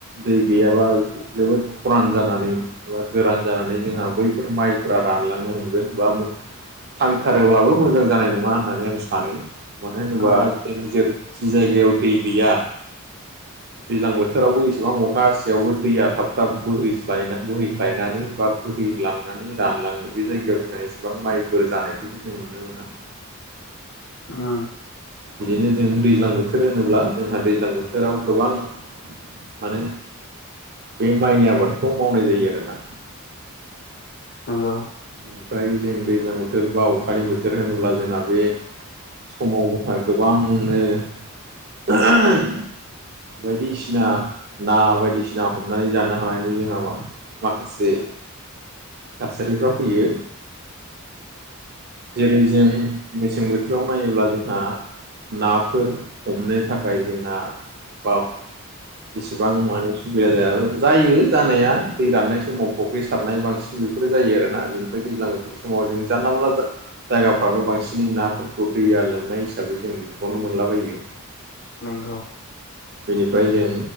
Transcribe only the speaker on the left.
औ
ओं।
नंगौ
ओं।